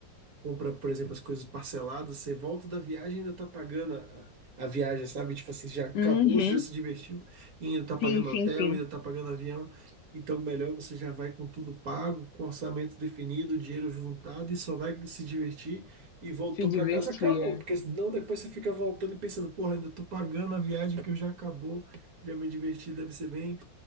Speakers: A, on the right; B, on the left.
A: compra, por exemplo, as coisas parceladas, você volta da viagem e ainda tá pagando a, a viagem, sabe? Tipo assim, já acabou,
B: Uhum,
A: você já se divertiu e ainda tá pagando
B: sim, sim,
A: hotel,
B: sim,
A: ainda tá pagando avião. Então, melhor você já vai com tudo pago, com orçamento definido, dinheiro juntado e só vai se divertir e voltou
B: se divertir,
A: para casa, acabou.
B: é.
A: Porque senão depois você fica voltando e pensando, porra, ainda tô pagando a viagem que eu já acabou, já me diverti, deve ser bem.